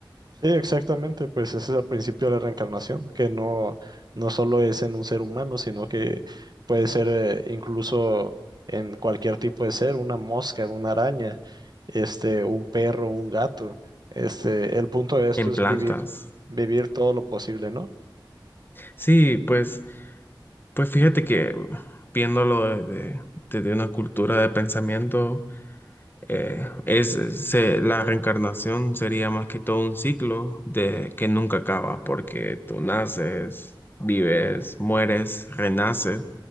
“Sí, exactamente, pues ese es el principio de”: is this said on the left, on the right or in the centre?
Right